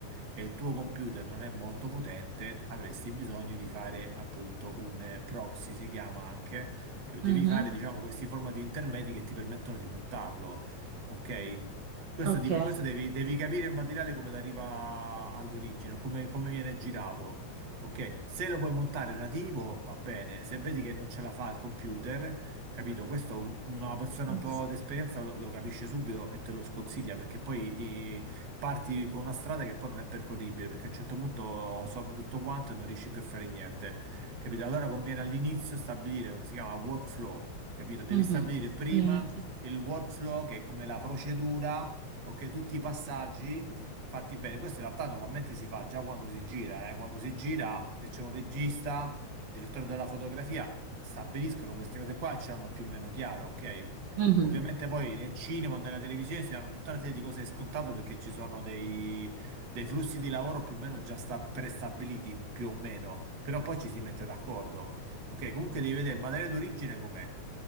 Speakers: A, on the right; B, on the right.
A: e il tuo computer non è molto potente, avresti bisogno di fare appunto un eh, proxy, si chiama anche, che devi
B: Mhm.
A: fare diciamo questi formati intermedi che ti permettono di montarlo, ok? Questo,
B: Ok.
A: di- questo devi, devi capire il materiale come arriva all'origine, come, come viene girato. Ok, se lo puoi montare nativo va bene, se vedi che non ce la fa il computer, capito? Questo un- una persona
B: Mhm.
A: un po' d'esperienza lo, lo capisce subito e te lo sconsiglia perché poi parti con una strada che poi non è percorribile, perché a un certo punto sommi tutto quanto e non riesci più a fare niente, capito? Allora conviene all'inizio stabilire, si chiama workflow, capito? Devi
B: Mhm.
A: stabilire prima
B: Mhm.
A: il workflow, che è come la procedura, ok? Tutti i passaggi fatti bene. Questo in realtà normalmente si fa già quando si gira, eh. Quando si gira, se c'è un regista, il direttore della fotografia, stabiliscono queste cose qua e ce l'hanno più o meno chiaro, ok?
B: Mhm.
A: Ovviamente poi nel cinema o nella televisione si hanno tutta una serie di cose scontato perché ci sono dei, dei flussi di lavoro più o meno già sta- prestabiliti, più o meno, però poi ci si mette d'accordo. Ok, comunque devi vedere il materiale d'origine com'è,